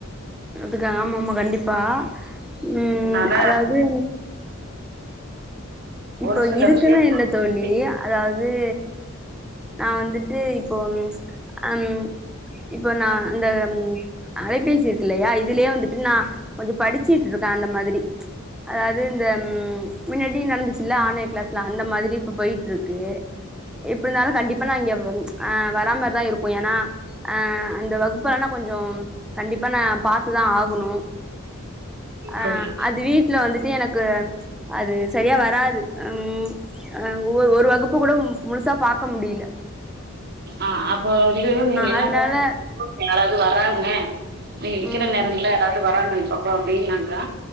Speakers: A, in the centre; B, on the right.
A: அதுக்கு ஆமா ஆமா கண்டிப்பா ம்
B: அதனால
A: அதாது இப்போ
B: ஒரு சில
A: இதுக்குனு
B: விஷயங்கள்
A: இல்ல தோழி அதாவுது நா வந்துட்டு இப்போ அம் இப்ப நா அந்த அலைபேசி இருக்கு இல்லயா இதுலயே வந்துட்டு நா கொஞ்சோ படிச்சிட்டு இருக்க அந்த மாதிரி அதாது இந்த முன்னாடி நடந்துச்சு இல்ல ஆன்லைன் கிளாஸ்லா அந்த மாதிரி இப்ப போயிட்ருக்கு எப்டிருந்தாலு கண்டிப்பா நா இங்க வ ஆ வரா மாரிதா இருக்கு ஏனா அ அந்த வகுப்பெலா நா கொஞ்சோ கண்டிப்பா நா பாத்துதா ஆகணு அ
B: சரி
A: அது வீட்ல வந்துட்டு எனக்கு அது சரியா வராது ம் ஒரு ஒரு வகுப்பு கூட முழுசா பாக்க முடில
B: ஆஹ் அப் போ வந்து நீங்க என்ன
A: அதனால
B: பண்ணுனா சப்போஸ் யாராவது வராங்க அ நீங்க நிக்ற
A: ம்
B: நேரங்கல்ல யாராவது வராங்க சோ அப்டினாக்கா